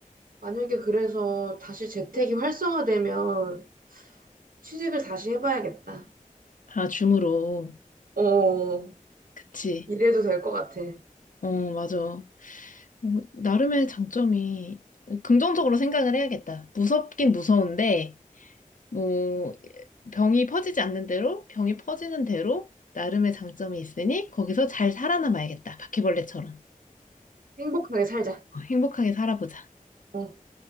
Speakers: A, on the right; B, on the left.
A: 만약에 그래서 다시 재택이 활성화되면 취직을 다시 해봐야겠다.
B: 아, 줌으로.
A: 어,
B: 그치.
A: 이래도 될 것 같아.
B: 어, 맞아. 어, 나름의 장점이 어, 긍정적으로 생각을 해야겠다. 무섭긴 무서운데, 뭐, 병이 퍼지지 않는 대로, 병이 퍼지는 대로 나름의 장점이 있으니 거기서 잘 살아남아야겠다. 바퀴벌레처럼.
A: 행복하게 살자.
B: 어, 행복하게 살아보자.
A: 어.